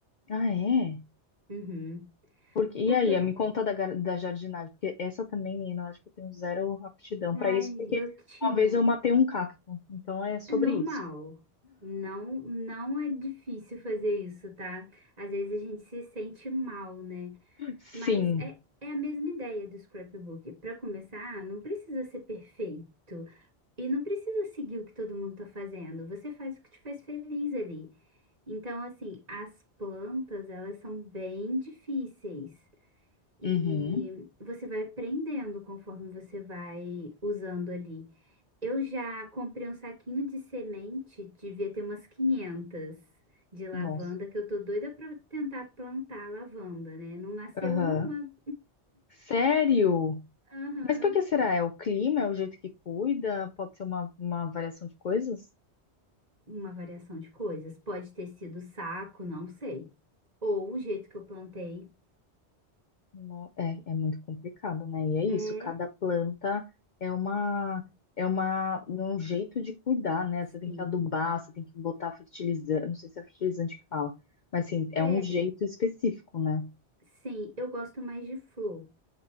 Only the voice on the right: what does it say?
Uhum.
Porque,
ai,
eu tinha.
É normal.
Não, não é difícil fazer isso, tá? Às vezes a gente se sente mal, né?
Mas é, é a mesma ideia do scrapbook. Para começar, não precisa ser perfeito e não precisa seguir o que todo mundo tá fazendo. Você faz o que te faz feliz ali. Então, assim, as plantas, elas são bem difíceis. E
você vai aprendendo conforme você vai usando ali. Eu já comprei um saquinho de semente, devia ter umas 500 de lavanda,
que eu tô doida pra tentar plantar lavanda, né? Não nasceu
uma,
Aham.
uma variação de coisas. Pode ter sido saco, não sei. Ou o jeito que eu plantei.
É,
sim.
É,
sim, eu gosto mais de flor.